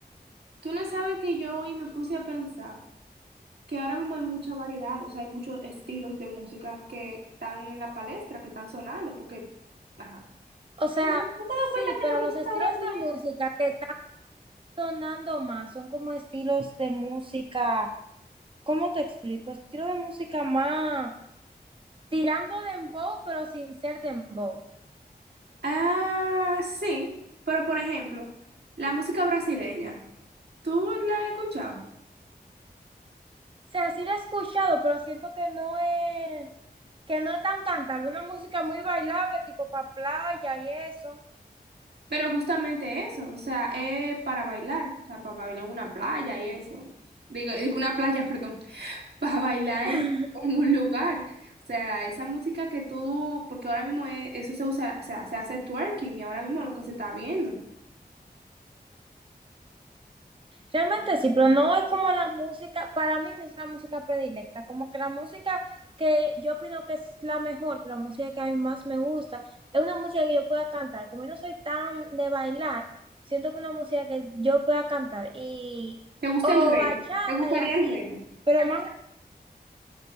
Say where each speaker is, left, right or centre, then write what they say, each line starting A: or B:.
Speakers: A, on the right; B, on the right.
A: Tú no sabes que yo hoy me puse a pensar que ahora mismo hay mucha variedad, o sea, hay muchos estilos de música que están en la palestra, que están sonando, porque, ajá.
B: O sea,
A: Pero tú tú te
B: sí,
A: das cuenta que
B: pero
A: la música
B: los estilos
A: brasileña...
B: de música que están sonando más son como estilos de música, ¿cómo te explico? Estilo de música más... tirando dembow, pero sin ser dembow. O
A: Ah, sí, pero por ejemplo, la música brasileña, ¿tú la has escuchado?
B: sea, sí la he escuchado, pero siento que no es, que no es tan cantable, una música muy bailable, tipo para playa y eso.
A: Pero justamente eso, o sea, es para bailar, o sea, para bailar en una playa y eso. Digo, digo una playa, perdón. para bailar
B: <laughs>
A: en, en un lugar. O sea, esa música que tú, porque ahora mismo e- eso se usa, o sea, se hace twerking y ahora mismo lo que se está viendo.
B: Realmente sí, pero no es como la música, para mí no es la música predilecta, como que la música que yo opino que es la mejor, que la música que a mí más me gusta, es una música que yo pueda cantar, como yo no soy tan de bailar, siento que una música que yo pueda cantar y
A: ¿Te gusta
B: o
A: el reggae?
B: bachata
A: ¿Te gustaría
B: y así,
A: el reggae?
B: pero más